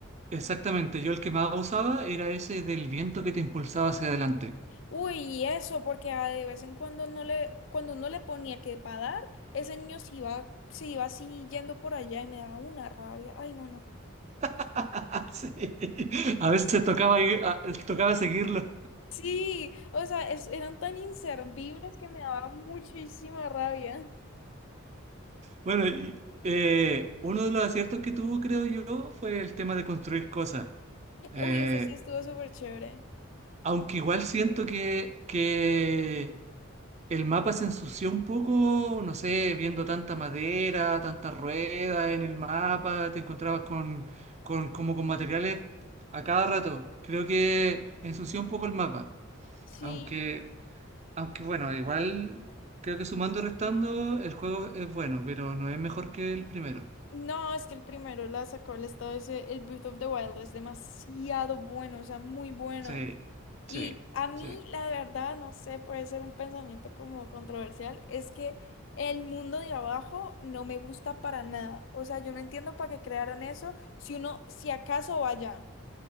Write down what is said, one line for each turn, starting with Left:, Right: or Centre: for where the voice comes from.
Right: exactamente. Yo el que más usaba era ese del viento que te impulsaba hacia adelante.
Left: Uy, y eso, porque ah, de vez en cuando no le, cuando uno le ponía que para dar, ese niño se iba, se iba así yendo por allá y me daba una rabia. Ay, no, no.
Right: <laughs> Ah, sí, a veces tocaba, ir- a- tocaba seguirlo.
Left: Sí, o sea, es- eran tan inservibles que me daba muchísima rabia.
Right: Bueno, y, eh, uno de los aciertos que tuvo, creo yo, fue el tema de construir cosas. Eh,
Left: Uy, ese sí estuvo súper chévere.
Right: aunque igual siento que, que El mapa se ensució un poco, no sé, viendo tanta madera, tanta rueda en el mapa, te encontrabas con, con, como con materiales a cada rato. Creo que ensució un poco el mapa.
Left: Sí,
Right: Aunque, aunque bueno, igual creo que sumando y restando el juego es bueno, pero no es mejor que el primero.
Left: no, es que el primero la sacó el estado ese, el Breath of the Wild es demasiado bueno, o sea, muy bueno.
Right: Sí,
Left: Y
Right: sí,
Left: a mí,
Right: sí.
Left: la verdad, no sé, puede ser un pensamiento como controversial, es que el mundo de abajo no me gusta para nada. O sea, yo no entiendo para qué crearon eso, si uno, si acaso vaya.